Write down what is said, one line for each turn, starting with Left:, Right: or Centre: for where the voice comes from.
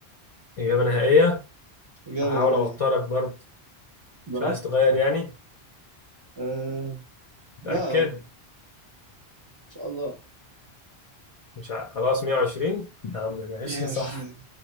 Left: إجابة نهائية
Right: إجابة
Left: هحاول
Right: نهائية
Left: أوترك برضه
Right: براحتك
Left: مش عايز تغير يعني
Right: آه.
Left: متأكد
Right: لا إن شاء الله
Left: مش ع... خلاص 120 يا عم ماشي
Right: 120
Left: <laughs> صح